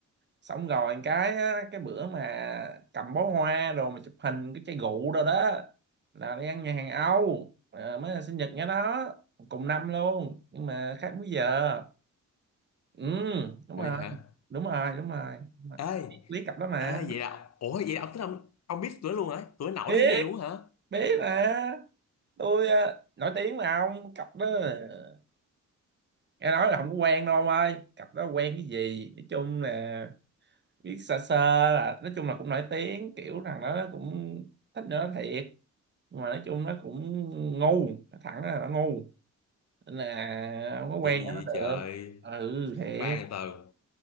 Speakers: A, on the right (about 35°); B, on the left (about 60°).
A: xong rồi cái á, cái bữa mà cầm bó hoa rồi mà chụp hình cái chai rượu rồi đó là đi ăn nhà hàng Âu à, mới là sinh nhật nhỏ đó cùng năm luôn nhưng mà khác múi giờ ừ đúng
B: ôi
A: rồi
B: hả
A: đúng rồi đúng rồi đúng rồi
B: ơi
A: lý cặp đó mà
B: ơi vậy là ủa vậy là ông tính ông ông biết tụi nó luôn hả tụi nó nổi
A: biết
B: dữ vậy luôn hả
A: biết mà tôi ờ, nổi tiếng mà ông cặp đó ờ, nghe nói là không có quen đâu ông ơi cặp đó quen cái gì nói chung là biết sơ sơ là nói chung là cũng nổi tiếng kiểu thằng đó nó cũng thích nữa thiệt nhưng mà nói chung nó cũng ngu nó thẳng là nó ngu nên là không có quen
B: vậy,
A: cho nó
B: vậy trời
A: được ừ thiệt
B: khoan từ từ